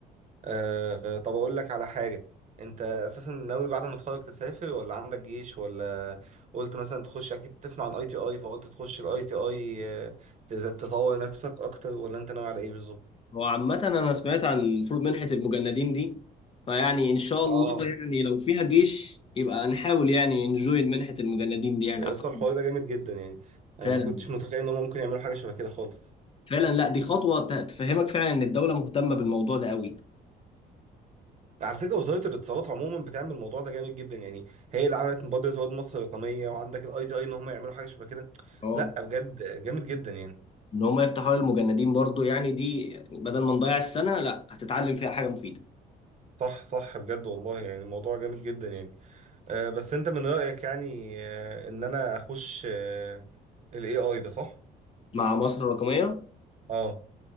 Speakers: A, on the right (about 40°); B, on the left (about 35°).
A: أه طب أقول لك على حاجة أنت أساسا ناوي بعد ما تتخرج تسافر ولا عندك جيش ولا قلت مثلا تخش أكيد تسمع عن أي تي أي فقلت تخش الأي تي أي تطور نفسك أكتر ولا أنت ناوي على إيه بالظبط؟
B: هو عامة انا سمعت عن المفروض منحة المجندين دي فيعني ان شاء الله
A: آه
B: يعني لو فيها جيش يبقى نحاول يعني نجوين منحة المجندين دي يعني
A: أصلا
B: اعتقد
A: الحوار ده جامد جدا يعني
B: فعلا
A: أنا ما كنتش متخيل إن هما ممكن يعملوا حاجة شبه كده خالص
B: فعلا لا دي خطوة ت- تفهمك فعلا ان الدولة مهتمة بالموضوع ده قوي
A: على فكره وزاره الاتصالات عموما بتعمل الموضوع ده جامد جدا يعني هي اللي عملت مبادره واد مصر الرقميه وعندك الاي تي اي ان هم يعملوا حاجه شبه كده
B: اه
A: لا بجد جامد جدا يعني
B: ان هم يفتحوا حوار المجندين برضو يعني دي يعني بدل ما نضيع السنه لا هتتعلم فيها حاجه مفيده
A: صح صح بجد والله يعني الموضوع جامد جدا يعني أه بس انت من رايك يعني أه ان انا اخش أه الاي اي ده صح
B: مع مصر الرقميه
A: اه